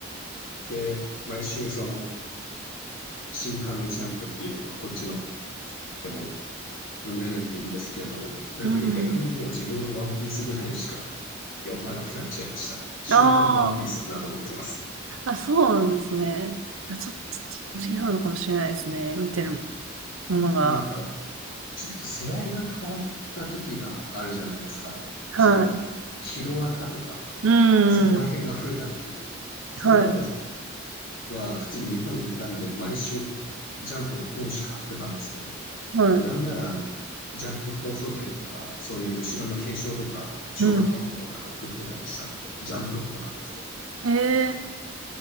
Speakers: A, on the left; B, on the right.
A: で、毎週その新刊のジャンプっていうのがこっちのでも読めるんでいいんですけど、だけど逆にもう自分はワンピースぐらいしか
B: うん。
A: 読まなくなっちゃいました。週刊ワンピースだと思ってます。
B: あーあ、そうなんですね。じゃあ、ちょっとち違うのかもしれないですね。見てるものが。
A: なんか、ちょっと世代が変わった時があるじゃないですか。
B: はい。
A: その、ヒロアカとか、
B: うん、
A: そこら辺が増えた時、
B: うん。
A: それまで
B: はい、
A: は普通に日本にいたんで、毎週ジャンプの本誌買ってたんですけど、
B: はい、
A: で、なんならあの、ジャンプ放送局とか、そういう後ろの検証とか、小学校の頃から送ってたりしたんで、
B: うん。
A: ジャンプっ子なんですけど、
B: ええ